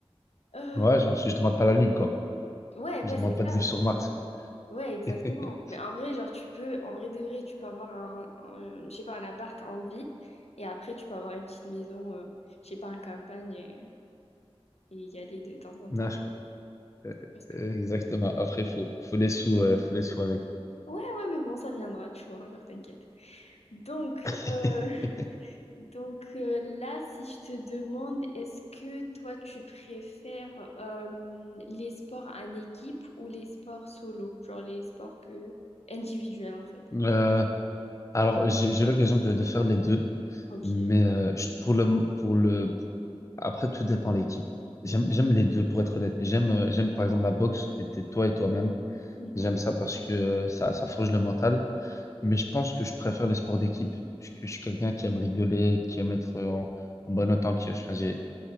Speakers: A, on the left; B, on the left.
A: euh,
B: Ouais, genre, je demande pas la Lune, quoi.
A: ouais,
B: Je
A: ouais,
B: demande
A: c'est
B: pas
A: ça.
B: de vivre sur Mars, quoi.
A: Ouais, exactement.
B: <laughs>
A: Mais en vrai, genre, tu peux... En vrai de vrai, tu peux avoir un, un- je sais pas, un appart en ville, et après, tu peux avoir une petite maison, euh, je sais pas, en campagne, et, et y aller de temps en temps.
B: Non, je-
A: hein,
B: euh,
A: Parce que...
B: euh, exactement. Après, faut, faut les sous, euh, faut les sous avec.
A: Ouais, ouais, mais bon, ça viendra, tu vois, genre, t'inquiète. Donc,
B: <laughs>
A: euh, Donc euh, là, si je te demande, est-ce que toi, tu préfères euh, les sports en équipe ou les sports solo, genre les sports que individuels en fait?
B: Euh, alors, j'ai j'ai eu l'occasion de, de faire les deux,
A: Ok.
B: mais euh, je- pour le, pour le, après, tout dépend de l'équipe. J'aime, j'aime les deux, pour être honnête. J'aime, euh, j'aime par exemple la boxe, t'es t'es toi et toi-même.
A: Mhm.
B: J'aime ça parce que euh, ça, ça forge le mental. Mais je pense que je préfère les sports d'équipe. Je, je suis quelqu'un qui aime rigoler, qui aime être euh, en, en bonne entente. Enfin, j'ai-